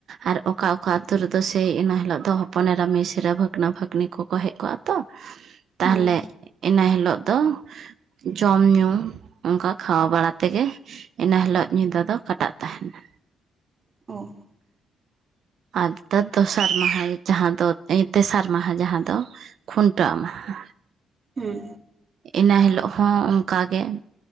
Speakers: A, on the right; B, on the right.
A: ᱟᱨ ᱚᱠᱟ ᱚᱠ ᱚᱠᱟ ᱟᱹᱛᱩ ᱨᱮᱫᱚ ᱥᱮᱭ ᱤᱱᱟᱹ ᱦᱤᱞᱳᱜ ᱫᱚ ᱦᱚᱯᱚᱱ ᱮᱨᱟ, ᱢᱤᱥᱨᱟ ᱵᱷᱟᱹᱜᱽᱱᱟᱹ, ᱵᱷᱟᱹᱜᱽᱱᱤ ᱠᱚᱠᱚ ᱦᱮᱡ ᱠᱚᱜᱼᱟ ᱛᱚ᱾ ᱛᱟᱦᱚᱞᱮ
B: ᱦᱳᱭ
A: ᱤᱱᱟᱹ ᱦᱤᱞᱳᱜ ᱫᱚ ᱡᱚᱢ ᱧᱩ ᱚᱱᱠᱟ ᱠᱷᱟᱣᱟ ᱵᱟᱲᱟ ᱛᱮᱜᱮ ᱤᱱᱟᱹ ᱦᱤᱞᱳᱜ ᱧᱤᱫᱟᱹ ᱫᱚ ᱠᱟᱴᱟᱜ ᱛᱟᱦᱮᱱᱟ᱾
B: ᱚ᱾
A: ᱟᱨ ᱫᱚ ᱫᱟᱥᱟᱨ ᱢᱟᱦᱟ ᱡᱟᱦᱟ ᱫᱚ ᱮᱭ ᱮᱛᱥᱟᱨ ᱢᱟᱦᱟ ᱡᱟᱦᱟᱸ ᱫᱚ᱾ ᱠᱷᱩᱱᱴᱟᱣ ᱢᱟᱦᱟ᱾
B: ᱦᱩᱸ᱾
A: ᱤᱱᱟᱹ ᱦᱤᱞᱳᱜ ᱦᱚᱸ ᱚᱱᱠᱟᱜᱮ